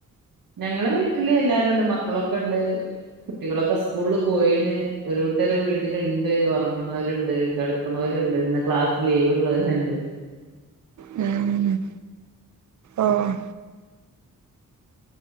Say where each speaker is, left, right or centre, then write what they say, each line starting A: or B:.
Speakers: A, on the right; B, on the right.
A: ഞങ്ങളെ വീട്ടില് എല്ലരുണ്ട് മക്കളൊക്കെണ്ട് കുട്ടികളൊക്കെ സ്കൂളിൽ പോയിണ് ഒരൂട്ടര് വീട്ടിലിണ്ട് ഉറങ്ങുണോരുണ്ട് കിടക്കുണോര്ണ്ട് ര്ണ്ട് ഇന്ന് ക്ലാസ് ലീവ്ള്ളോല്ണ്ട്
B: ഉം ഓ ഹ്